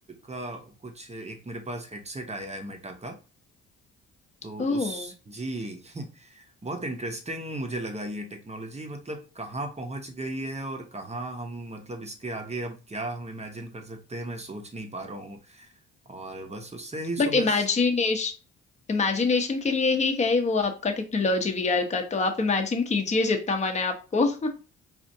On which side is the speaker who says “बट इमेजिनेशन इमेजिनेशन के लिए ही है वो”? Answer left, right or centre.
Left